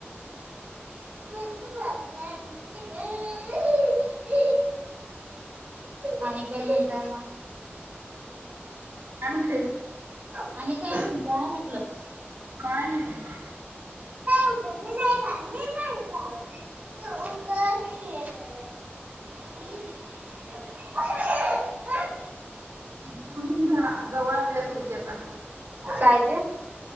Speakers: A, on the right; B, on the right.
A: <inaudible> आणि काय म्हणताय मग?
B: काय म्हटलीस
A: आणि काय म्हणताय म्हटलं?
B: काय नाही बघ.
A: <inaudible> <inaudible>
B: एक्झाम तेन झा जवळ आली आसल की आता?
A: काय ते?